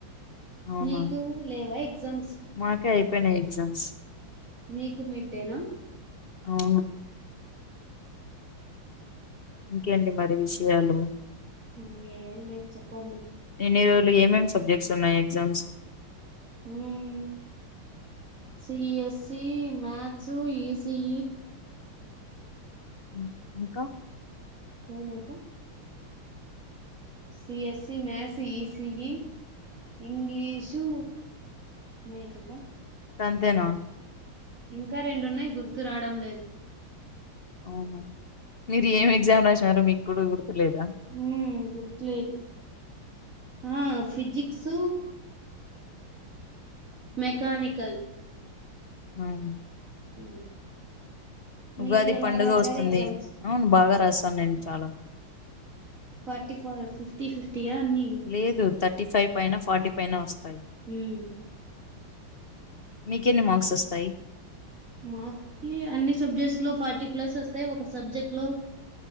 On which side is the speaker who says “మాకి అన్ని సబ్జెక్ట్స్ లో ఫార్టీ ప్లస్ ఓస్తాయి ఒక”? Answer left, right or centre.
Right